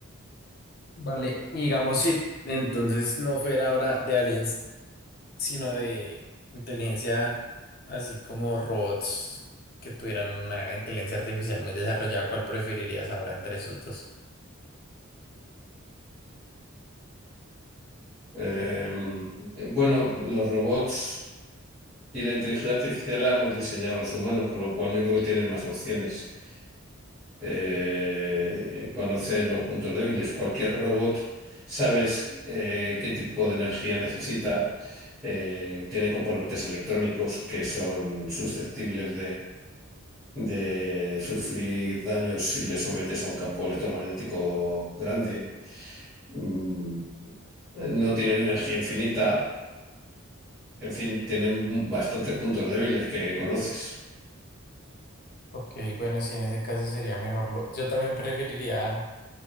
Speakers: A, on the left (about 45°); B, in the centre.
A: Vale, y digamos si entonces no fuera ahora de aliens. sino de inteligencia, así como robots que tuvieran una inteligencia artificial muy desarrollada, ¿cuál preferirías ahora entre esos dos?
B: Eh, bueno, los robots y la inteligencia artificial la hemos diseñado los humanos, con lo cual yo creo que tienen más opciones. Eh, conoces los puntos débiles. Cualquier robot sabes eh, qué tipo de energía necesita. eh, tiene componentes electrónicos que son susceptibles de sufrir daños si le sometes a un campo electromagnético grande. Mm, No tienen energía infinita, en fin, tienen bastantes puntos débiles que conoces.
A: Ok, bueno, si en ese caso sería mejor. lo- Yo también preferiría